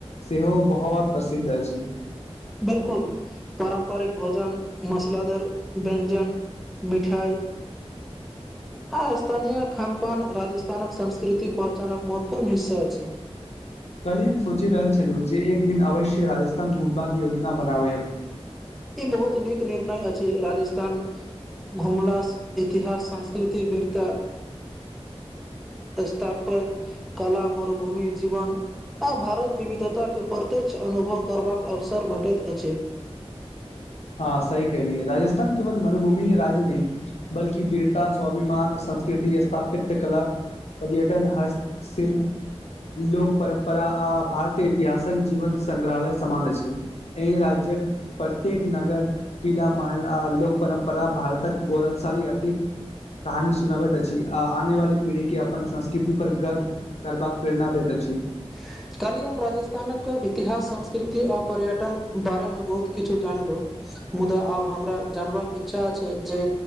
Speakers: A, on the left (about 80°); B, in the centre.
A: सेहो बहुत प्रसिद्ध अछि।
B: बिलकुल। पारम्परिक भोजन मसालेदार व्यञ्जन मिठाइ आ स्थानीय खान पान राजस्थानक संस्कृतिक पहचानक एक महत्वपूर्ण हिस्सा अछि।
A: काल्हि हम सोचि रहल छलहुँ जे एक दिन अवश्य राजस्थान घुमबाक योजना बनायब।
B: ई बहुत नीक निर्णय अछि, राजस्थान घुमला सं इतिहास, संस्कृति, वीरता स्थापय कला, मरुभूमि जीवन आ भारत विविधता के प्रत्यक्ष अनुभव करबाक अवसर भेटैत अछि।
A: हाॅं सही कहेलियै राजस्थान केवल मरुभूमिय राज्य नहि बल्कि वीरता, स्वाभिमान, संस्कृति, स्थापत्य कला पर्यटन, हस्त शिल्प लोक परम्परा आ भारतीय इतिहासक जीवन संग्रहालय समान अछि। एहिं राज्यक प्रत्येक नगर, किला, महल आ लोक परम्परा भारतक गौरवशाली अतीत कहानी सुनाबैत अछि आ आने वाली पीढ़ी के अपन संस्कृति पर गर्व करबाक प्रेरणा देैत अछी।
B: <inaudible> कल्हि हम राजस्थानक इतिहास, संस्कृति आ पर्यटन बारे मे बहुत किछु जानलौं मुदा आब हमरा जानबाक इच्छा छै जे